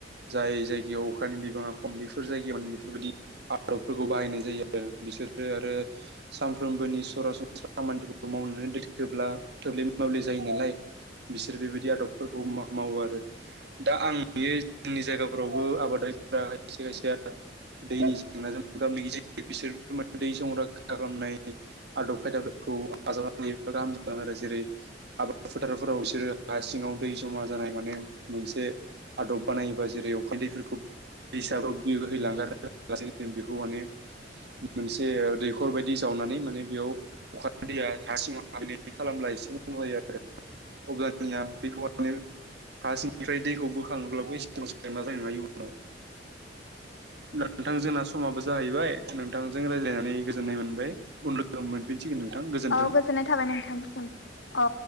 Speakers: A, on the right; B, on the left.
A: जाय जायगायाव अखानि बिबाङा खम बेफोर जायगायावनो बेफोरबायदि आदबफोरखौ बाहायनाय जायो आरो बिसोरो आरो <unintelligible> सानफ्रोमबोनि सरासनस्रा खामानिफोरखौ मावनानै थोब्ला थोब्ले माब्ले जायो नालाय बिसोर बेबायदि आदबफोरखौ मा मावो आरो। दा आं नुयो जोंनि जायगाफोरावबो आबादारिफोरा खायसे खायसेया <unintelligible> दैनि जेंनाजों मोगा मोगि जायो बिसोर माने दै संरैखा खालामनाय <unintelligible> आदब खायदाफोरखौ आजावनानै बा गाहाम जागोन आरो जेरै आबाद फोथारफोराव इसोरो हा सिङाव दै जमा जानाय माने मोनसे आदब बानायोबा जेरै अखानि दैफोरखौ दैसाबो दै बोहैलांगारनो <unintelligible> बेखौ माने मोनसे दैखर बायदि जावनानै माने बेयाव अखा दैैया हारसिङाव हाबैनायनि खालामब्ला एसे <unintelligible> आरो अब्लानिया बेखौ माने हासिं निफ्राय दैखौ बोखाङोब्लाबो एसेबां जेंना जानाय नङा इयुनाव दा नोंथां जोंना समाबो जाहैबाय नोंथांजों रायलायनानै गोजोननाय मोनबाय उनफोराव लोगो मोन फिनसिगोन नोंथां गोजोनथों
B: गोजोननाय थाबाय नोंथांनिसिम अ